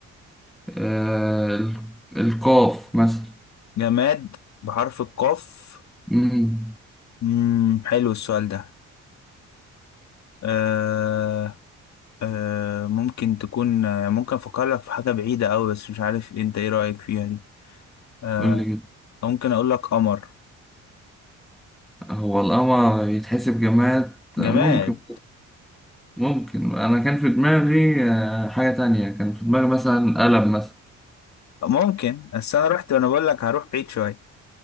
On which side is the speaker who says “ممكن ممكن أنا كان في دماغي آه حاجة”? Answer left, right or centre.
Centre